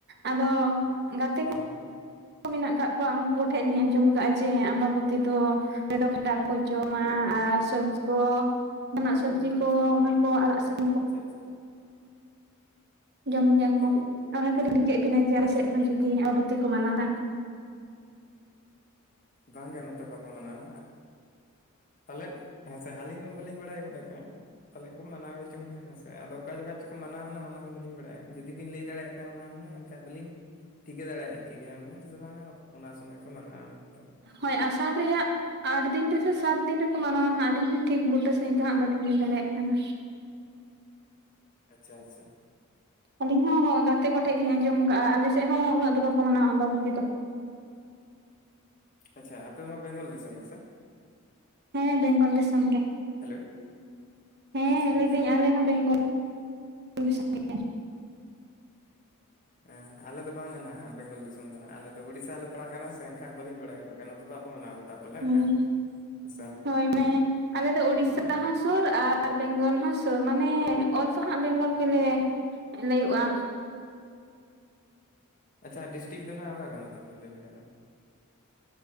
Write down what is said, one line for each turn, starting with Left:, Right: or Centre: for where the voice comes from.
Right: ᱟᱫᱚ ᱜᱟᱛᱮ
Left: ᱦᱮᱸ
Right: ᱠᱚ,
Left: ᱦᱮᱸ,
Right: ᱢᱮᱱᱟᱜ ᱟᱠᱟᱫ ᱠᱚᱣᱟ ᱩᱱᱠᱩ ᱠᱚᱴᱷᱮᱡ ᱞᱤᱧ ᱟᱸᱡᱚᱢ ᱠᱟᱜᱼᱟ ᱡᱮ ᱟᱢᱵᱟᱵᱚᱛᱤ ᱫᱚ, ᱚ ᱫᱚ ᱠᱷᱚᱴᱟᱲ ᱠᱚ ᱡᱚᱢᱟ ᱟᱨ ᱥᱚᱵᱡᱤ ᱠᱚ, ᱡᱟᱦᱟᱱᱟᱜ ᱥᱚᱵᱽᱡᱤ ᱠᱚ ᱚᱱᱟ ᱠᱚ ᱟᱲᱟᱜ ᱥᱟᱠᱟ
Left: ᱟᱪᱪᱷᱟ ᱟᱪᱪᱷᱟ,
Right: ᱡᱚᱢ ᱜᱮᱭᱟ ᱠᱚ
Left: ᱦᱮᱸ
Right: ᱚᱱᱟᱛᱮᱞᱤ ᱠᱩᱞᱤ ᱠᱮᱫ ᱵᱤᱱᱟ ᱡᱮ ᱟᱞᱮ
Left: ᱟᱪᱪᱷᱟ
Right: ᱥᱮᱫ ᱦᱚᱸ
Left: ᱟᱪᱪᱷᱟ
Right: ᱡᱩᱫᱤ ᱟᱢᱵᱟᱵᱚᱛᱤ ᱠᱚ ᱢᱟᱱᱟᱣ ᱠᱷᱟᱱ?
Left: ᱵᱟᱝᱜᱮ ᱱᱚᱛᱮ ᱵᱟᱠᱚ ᱢᱟᱱᱟᱣᱟ᱾ ᱯᱟᱞᱮᱫ, ᱦᱮᱸᱥᱮ ᱟᱹᱞᱤᱧ ᱢᱟ ᱵᱟᱹᱞᱤᱧ ᱵᱟᱲᱟᱭ ᱜᱚᱫ ᱠᱟᱜ-ᱟ᱾ ᱯᱟᱞᱮᱜ ᱠᱚ ᱢᱟᱱᱟᱣ ᱜᱮᱪᱚᱝ ᱱᱟᱜ ᱦᱮᱸ ᱥᱮ ᱟᱫᱚ ᱚᱠᱟ ᱡᱚᱠᱷᱟᱡ ᱪᱚᱠᱚ ᱢᱟᱱᱟᱣᱟ ᱱᱟᱜ ᱚᱱᱟ ᱦᱚᱸ ᱵᱟᱹᱞᱤᱧ ᱵᱟᱲᱟᱭᱟ ᱡᱩᱫᱤᱵᱤᱱ ᱞᱟᱹᱭ ᱫᱟᱲᱮᱭᱟᱜ, ᱮᱠᱷᱟᱱ ᱚᱱᱟ ᱦᱩᱱᱟᱹᱜ ᱮᱱᱠᱟᱱ ᱫᱚᱞᱤᱧ ᱴᱷᱤᱠᱟᱹ ᱫᱟᱲᱮᱭᱟᱜ ᱠᱮ ᱜᱮᱭᱟ ᱦᱩᱱᱟᱹᱝ ᱥᱮ ᱵᱟᱝ ᱚᱱᱟ ᱥᱚᱢᱚᱭ ᱠᱚ ᱢᱟᱱᱟᱣᱟ᱾ ᱢᱮᱱᱛᱮ
Right: ᱦᱳᱭ ᱟᱥᱟᱲ ᱨᱮᱭᱟᱜ, ᱟᱴ ᱫᱤᱱ ᱨᱮᱥᱮ ᱥᱟᱛ ᱫᱤᱱ ᱨᱮᱠᱚ ᱢᱟᱱᱟᱣᱟ ᱦᱟᱸᱜ ᱟᱹᱞᱤᱧ ᱦᱚᱸ ᱴᱷᱤᱠ ᱵᱩᱴᱟᱹ ᱥᱟᱺᱦᱤᱡ ᱫᱚ ᱦᱟᱸᱜ ᱵᱟᱹᱞᱤᱧ ᱞᱟᱹᱭ ᱫᱟᱲᱮᱭᱟᱜ ᱠᱟᱱᱟ᱾
Left: ᱟᱪᱪᱷᱟ ᱟᱪᱪᱷᱟ,
Right: ᱟᱹᱞᱤᱧ ᱦᱚᱸ ᱜᱟᱛᱮ ᱠᱚᱴᱷᱮᱱᱡ ᱞᱤᱧ ᱟᱸᱡᱚᱢ ᱠᱟᱼᱟ, ᱟᱞᱮ ᱥᱮᱫ ᱦᱚᱸ ᱩᱱᱟᱹᱜ ᱫᱚ ᱵᱟᱠᱚ ᱢᱟᱱᱟᱣᱟ ᱟᱢᱵᱟᱵᱩᱛᱤ ᱫᱚ᱾
Left: ᱟᱪᱪᱷᱟ ᱟᱯᱮ ᱢᱟ ᱵᱮᱝᱜᱚᱞ ᱫᱤᱥᱚᱢ ᱜᱮᱥᱮ?
Right: ᱦᱮᱸ ᱵᱮᱝᱜᱚᱞ ᱫᱤᱥᱚᱢ ᱜᱮ
Left: ᱦᱮᱞᱳ?
Right: ᱦᱮᱸ
Left: ᱟᱪᱪᱷᱟ
Right: ᱞᱟᱹᱭᱫᱟᱹᱧ
Left: ᱟᱪᱪᱷᱟ
Right: ᱟᱞᱮ ᱦᱚᱸ ᱵᱮᱝᱜᱚᱞ <unintelligible> ᱫᱤᱥᱚᱢ ᱜᱮ᱾
Left: ᱦᱮᱸ ᱟᱞᱮ ᱫᱚ ᱵᱟᱝᱟ ᱱᱟᱜ ᱵᱮᱝᱜᱚᱞ ᱫᱤᱥᱚᱢ ᱫᱚ ᱱᱟᱜ ᱟᱞᱮ ᱫᱚ ᱩᱲᱤᱥᱥᱟ ᱞᱮ ᱯᱟᱲᱟᱜ ᱠᱟᱱᱟ ᱥᱮ ᱮᱱᱠᱷᱟᱱ ᱵᱟᱹᱞᱤᱧ ᱵᱟᱲᱟᱭ ᱜᱚᱫ ᱠᱟᱱᱟ ᱱᱚᱛᱮ ᱵᱟᱠᱚ ᱢᱟᱱᱟᱣ ᱜᱚᱫᱟ᱾ ᱯᱟᱞᱮᱱ
Right: ᱦᱮᱸ,
Left: ᱦᱟᱸᱜ ᱦᱮᱸᱥᱮ
Right: ᱦᱳᱭ ᱢᱟᱱᱮ ᱟᱞᱮ ᱫᱚ ᱩᱲᱤᱥᱥᱟ
Left: ᱦᱩᱸ
Right: ᱦᱚᱸ, ᱥᱩᱨ ᱟᱨ ᱵᱮᱝᱜᱚᱞ ᱦᱚᱸ ᱥᱩᱨ ᱢᱟᱱᱮ ᱚᱞ ᱫᱚ ᱦᱟᱸᱜ ᱵᱮᱝᱜᱚᱞ ᱜᱮᱞᱮ ᱞᱟᱹᱭᱚᱜᱼᱟ᱾
Left: ᱟᱪᱪᱷᱟ ᱰᱤᱥᱴᱤᱠ ᱫᱚ ᱱᱟᱜ ᱚᱠᱟ ᱠᱟᱱᱟ ᱛᱟᱯᱮ ᱞᱟᱹᱭ ᱞᱮᱠᱟ ᱫᱚ,